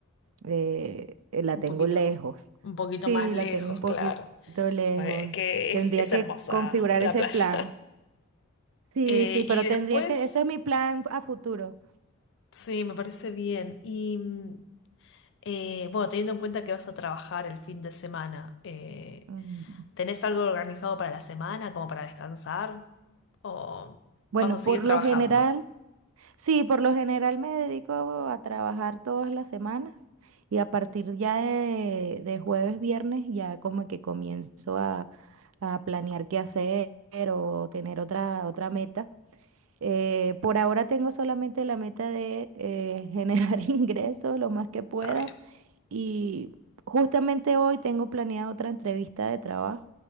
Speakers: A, on the right; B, on the left.
A: eh, eh, la
B: un
A: tengo
B: poquito,
A: lejos.
B: un poquito
A: Sí,
B: más lejos,
A: la tengo un poquito
B: claro.
A: lejos.
B: Bueno, Es que
A: Tendría
B: es, es
A: que
B: hermosa
A: configurar
B: la
A: ese
B: playa.
A: plan.
B: <laughs>
A: Sí,
B: Eh,
A: sí, pero
B: y después.
A: tendría que, ese es mi plan a futuro.
B: Sí, me parece bien. Y mm, eh, bueno, teniendo en cuenta que vas a trabajar el fin de semana, eh,
A: Mm.
B: ¿tenés algo organizado para la semana, como para descansar? ¿O
A: Bueno,
B: vas a seguir
A: por
B: trabajando?
A: lo general, Sí, por lo general me dedico a trabajar todas las semanas y a partir ya de, de jueves, viernes, ya como que comienzo a, a planear qué hacer o tener otra, otra meta. Eh, por ahora tengo solamente la meta de eh, <laughs> generar ingresos lo más que pueda
B: Está bien.
A: y justamente hoy tengo planeada otra entrevista de trabajo